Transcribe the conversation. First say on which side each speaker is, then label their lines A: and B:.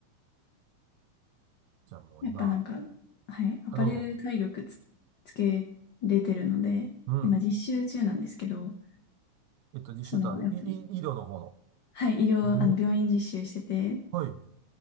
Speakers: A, on the right; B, on the left.
A: じゃあもう今、
B: やっぱなんか、はい。アパレルで体力つ、
A: あ、どうぞ。
B: つけれてるので、
A: うん。
B: 今実習中なんですけど、
A: えっと、実習とは、
B: その、
A: いい医療の方の。
B: やっぱり、はい、医療、
A: おー
B: あの、病院実習してて、
A: はい。